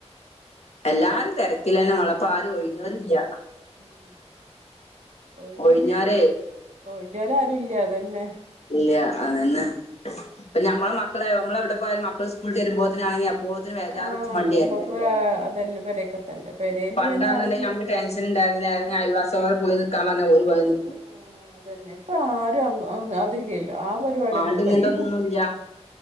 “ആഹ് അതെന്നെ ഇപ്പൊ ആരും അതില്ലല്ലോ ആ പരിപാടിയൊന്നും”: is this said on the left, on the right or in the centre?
Right